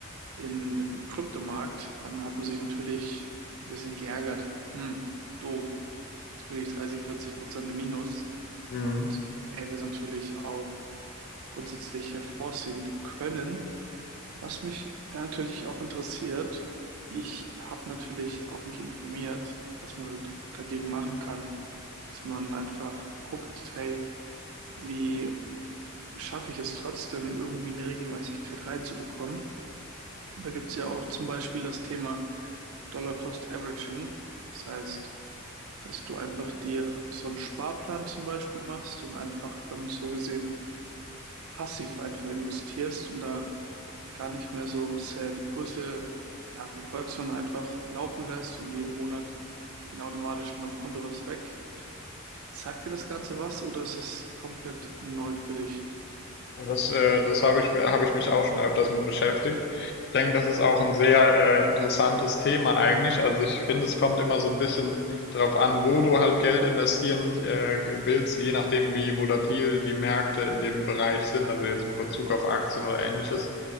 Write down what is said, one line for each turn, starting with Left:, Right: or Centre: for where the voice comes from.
Right: in dem Kryptomarkt, dann hat man sich natürlich ein bisschen geärgert. Hm, doof. Jetzt bin ich 30, 40 Prozent im Minus
Left: Mhm.
Right: und hätte es natürlich auch grundsätzlich hervorsehen können. Was mich da natürlich auch interessiert, ich habe natürlich auch mich informiert, was man dagegen machen kann, dass man einfach guckt, hey, wie schaffe ich es trotzdem, irgendwie eine Regelmäßigkeit reinzubekommen. Und da gibt es ja auch zum Beispiel das Thema Dollar Cost Averaging. Das heißt, dass du einfach dir so einen Sparplan zum Beispiel machst und einfach dann so gesehen passiv einfach investierst und da gar nicht mehr so sehr die Kurse ja, verfolgst, sondern einfach laufen lässt und jeden Monat geht automatisch von deinem Konto was weg. Sagt dir das Ganze was oder ist es komplett neu für dich?
Left: Ja, Das, äh, das habe ich mir, habe ich mich auch schon öfters mit beschäftigt. Ich denke, das ist auch ein sehr äh, interessantes Thema eigentlich. Also ich finde, es kommt immer so ein bisschen darauf an, wo du halt Geld investieren äh, willst, je nachdem, wie volatil die Märkte in dem Bereich sind, also jetzt in Bezug auf Aktien oder ähnliches.